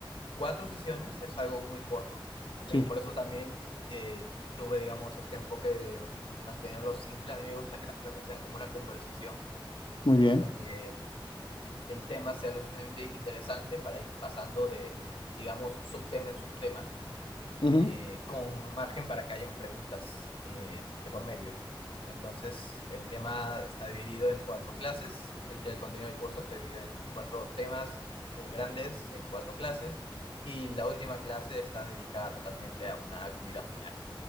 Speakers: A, on the left; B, on the left.
A: cuatro sesiones, es algo muy corto
B: Sí,
A: y por eso también eh, tuve, digamos, este enfoque de mantenerlo simple. A mí me gusta que las clases sean como una conversación
B: muy bien.
A: en donde el tema sea lo suficientemente interesante para ir pasando de, digamos, subtema en subtema
B: Ujú,
A: eh, con margen para que hayan preguntas eh, de por medio. Entonces, el tema está dividido en cuatro clases, el, el contenido del curso está dividido en cuatro temas eh, grandes, en cuatro clases, y la última clase está dedicada totalmente a una actividad final.